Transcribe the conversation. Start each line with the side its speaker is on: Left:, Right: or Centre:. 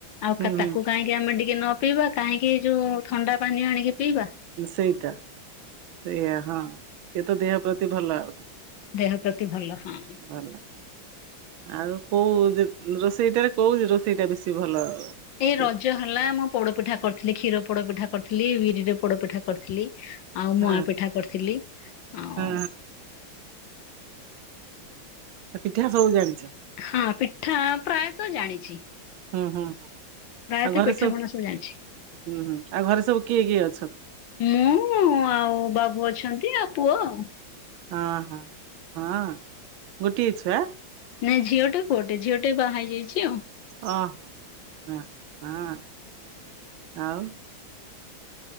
Left: ଆଉ
Right: ହୁଁ
Left: ତାକୁ କାହିଁକି ଆମେ ଟିକେ ନ ପିଇବା କାହିଁକି ଯୋଉ ଥଣ୍ଡା ପାନୀୟ ଆଣିକି ପିଇବା।
Right: ହୁଁ ସେଇଟା ସେଇଆ ହଁ ଏ ତ ଦେହ ପ୍ରତି ଭଲ ଆହୁରି।
Left: ଦେହ ପ୍ରତି ଭଲ। ହଁ
Right: ଭଲ, ଆଉ କୋଉ ରୋଷେଇଟାରେ କୋଉ ରୋଷେଇ ଟା ବେଶୀ ଭଲ? ରୋଷେଇ?
Left: ଏଇ ରଜ ହେଲା ଆମ ପୋଡପିଠା। କରିଥିଲି କ୍ଷୀର ପୋଡପିଠା କରିଥିଲି, ବିରିରେ ପୋଡପିଠା କରିଥିଲି। ଆଉ
Right: ହଁ
Left: ମୁଆଁ ପିଠା କରିଥିଲି, ଆଉ
Right: ହଁ ତ ପିଠା ସବୁ ଜାଣି
Left: ହଁ ପିଠା ପ୍ରାୟତ ଜାଣିଛି।
Right: ହୁଁ ହୁଁ ହୁଁ।
Left: ପ୍ରାୟତଃ
Right: ଆଉ ଘରେ
Left: ପିଠା ପଣା ସବୁ ଜାଣିଛି।
Right: ହୁଁ ହୁଁ ଆଉ ଘରେ ସବୁ କିଏ କିଏ ଅଛନ୍ତି?
Left: ମୁଁ ଆଉ ବାବୁ ଅ ଅଛନ୍ତି ଆଉ ପୁଅ ଆଉ।
Right: ହଁ ହୋ ହଁ, ଗୋଟିଏ ଛୁଆ?
Left: ନାଇଁ ଝିଅଟେ ପୁଅ ଟେ ଝିଅ ଟେ ବାହା ହେଇଯାଇଛି ଆଉ।
Right: ଓହୋ ହ ହଁ, ଆଉ?